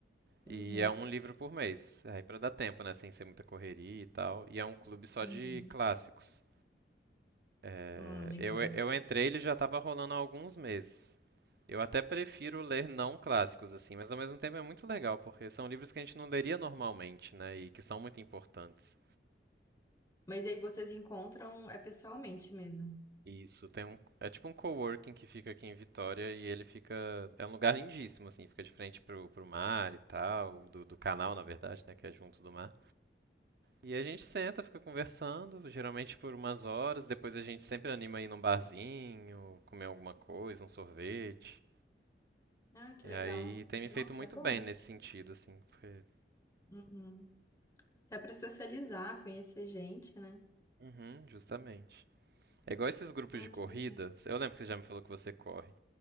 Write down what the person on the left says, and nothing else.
Uhum,
uhum.
Ah, legal.
Mas aí vocês encontram é pessoalmente mesmo.
Ah, que
legal.
Nossa,
é bom.
Uhum. Até para socializar, conhecer gente, né?
Ah,
que legal.